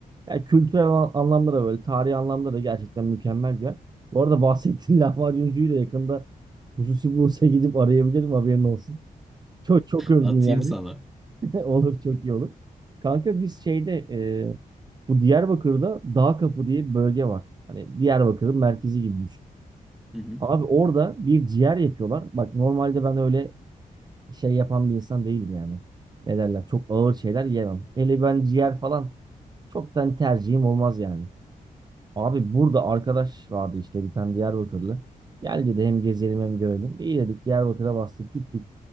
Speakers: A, on the right; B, in the centre.
A: Yani kültürel an- anlamda da böyle, tarihi anlamda da gerçekten mükemmel bir yer. Bu arada bahsettiğin <laughs> lahmacuncuyu da yakında hususi Bursa'ya gidip arayabilirim haberin olsun. Çok çok övdün
B: Atayım
A: yani.
B: sana.
A: <laughs> Olur çok iyi olur. Kanka biz şeyde e, bu Diyarbakır'da Dağ Kapı diye bir bölge var. Hani Diyarbakır'ın merkezi gibi düşün.
B: Hı hı.
A: Abi orada bir ciğer yapıyorlar. Bak normalde ben öyle şey yapan bir insan değilim yani. Ne derler? Çok ağır şeyler yemem. Hele ben ciğer falan çoktan tercihim olmaz yani. Abi burada arkadaş vardı işte bir tane Diyarbakırlı. Gel dedi hem gezelim hem görelim. İyi dedik Diyarbakır'a bastık gittik.